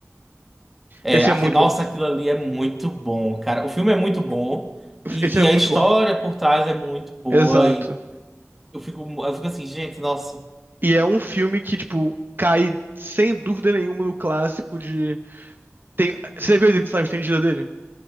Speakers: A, in the centre; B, on the right (about 45°).
A: É,
B: Esse
A: aqui,
B: é muito
A: nossa,
B: bom.
A: aquilo ali é muito bom, cara. O filme é muito bom e,
B: Esse é
A: e
B: muito
A: a história
B: bom.
A: por trás é muito boa.
B: Exato.
A: E eu fico, eu fico assim, gente, nossa.
B: E é um filme que, tipo, cai sem dúvida nenhuma no clássico de. Tem... Você viu a edição estendida dele?